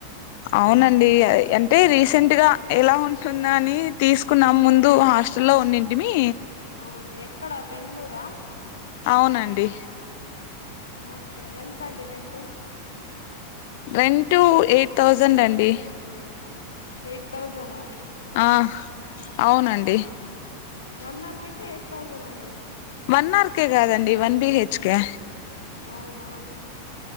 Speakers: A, on the left; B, on the left.
A: అవునండి అంటే రీసెంట్ గా ఎలా ఉంటుందో అని తీస్ కున్నం ముందు హాస్టల్లో ఉన్నింటిమీ
B: అవున ఎక్కడ బెంగ్ళూర
A: అవునండి
B: ఓకే ఎంతండి రెంటు
A: రెంటూ ఎయిట్ థౌజెండండి
B: ఎయిట్ థౌజెను
A: ఆ అవునండి
B: వన్ ఆర్కేకే ఎయిట్ థౌజనా అండి
A: వన్ అర్ కే గాదండి వన్ బిహెచ్ కె
B: అవునా